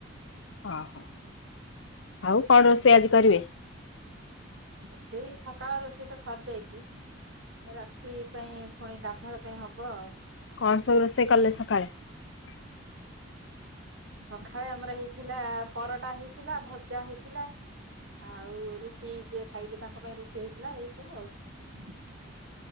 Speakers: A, on the left; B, on the right.
A: ଓହୋ ଆଉ କଣ ରୋଷେଇ ଆଜି କରିବେ?
B: ରୋଷେଇ ସକାଳ ରୋଷେଇ ତ ସରି ଯାଇଛି ରାତି ପାଇଁ ପୁଣି ଗାଧଳ ପାଇଁ ହବ ଆଉ।
A: କଣ ସବୁ ରୋଷେଇ କଲେ ସକାଳେ?
B: ସକାଳେ ଆମର ହେଇଥିଲା ପରଟା ହେଇଥିଲା ଭଜା ହେଇଥିଲା ଆଉ ରୁଟି ଯିଏ ଖାଇବେ ତାଙ୍କ ପାଇଁ ରୁଟି ହେଇଥିଲା ଏଇ ସବୁ ଆଉ।